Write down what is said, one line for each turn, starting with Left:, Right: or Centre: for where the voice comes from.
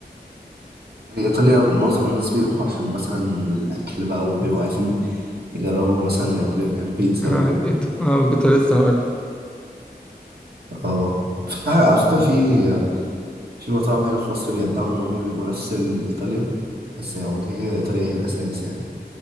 Right: يعني ايطاليا معظم الناس بيروحوا عشان مثلا الاكل بقى وبيبقوا عايزين يجربوا مثلا ياكلوا بيتزا
Centre: اه,
Right: و...
Centre: إيط... آه كنت لسه هقول لك
Right: اه في- على فكرة في في مطاعم هنا في مصر بيدعوا إن هم بيبقوا نفس ال- إيطاليا بس هو كده كده إيطاليا هي الأساس يعني